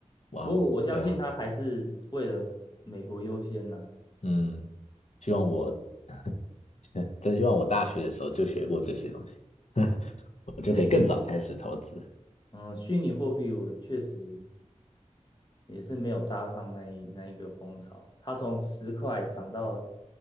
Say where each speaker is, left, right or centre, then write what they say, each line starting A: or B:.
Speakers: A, on the left (about 65°); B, on the left (about 40°).
A: 哇哦，
B: 不过我相信他还是为了美国优先呐、
A: 对啊，嗯，希望我 <laughs> 真希望我大学的时候就学过这些东西，<laughs>
B: 嗯，
A: 我就可以更早开始投资。
B: 因为虚嗯虚拟货币我确实也是没有搭上那一那一个风潮，它从十块涨到